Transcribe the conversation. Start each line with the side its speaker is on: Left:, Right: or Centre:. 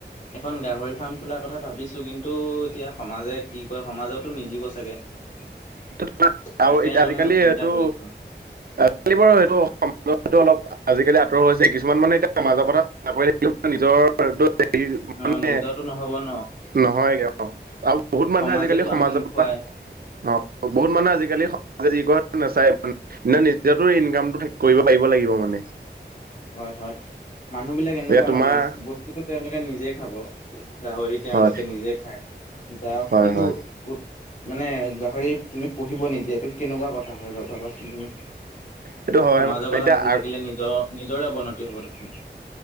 Left: এখন গাহৰি ফাৰ্ম খোলাৰ কথা ভাবিছো কিন্তু এতিয়া সমাজে কি কয় সমাজেওতো নিদিব চাগে। <unintelligible>
Right: <unintelligible>
Left: তাকে
Right: আজিকালি
Left: মই চিন্তা
Right: এইটো
Left: কৰিছো
Right: আজিকালি বাৰু সেইটো সমাজতটো অলপ আজিকালি আঁতৰ হৈছে কিছুমান মানে এতিয়া মাজৰ কথা <unintelligible> নিজৰ হেৰি মানে
Left: অ নিজৰতো নহব ন
Right: নহয় গৈ অঁ, আৰু বহুত মানুহে
Left: সমাজেতো
Right: আজিকালি সমাজৰ
Left: আমাক নোখোৱাই
Right: পৰা অ বহুত মানুহ আজিকালি সমাজে যি কয় নাচায় মানে নে, নিজেতো ইনকামটো ঠিক কৰিব পাৰিব লাগিব মানে
Left: হয় হয় মানুহ বিলাক এনেকুৱা
Right: এতিয়া তোমাৰ
Left: মানে বস্তুটো তেওঁলোকে নিজে খাব গাহৰি তেওঁলোকে
Right: হয়
Left: নিজে খায়, তাৰ
Right: হয়
Left: কিন্তু
Right: হয়
Left: উ মানে গাহৰি তুমি পুহিব নিদিয়ে এইটো কেনেকুৱা কথা হয় ভাবাচোন তুমি।
Right: এইটো হয়
Left: সমাজৰ
Right: মানে
Left: কথা
Right: এতিয়া
Left: ভাবি থাকিলে নিজৰ নিজৰে অৱনতি হব দেখোন।